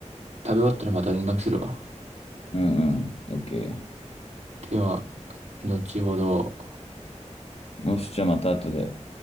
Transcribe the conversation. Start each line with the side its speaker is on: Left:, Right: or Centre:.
Right: 食べ終わったらまた連絡するわ。
Left: うんうん。オッケ
Right: では、後ほど。
Left: ー。よし、じゃあまた後で。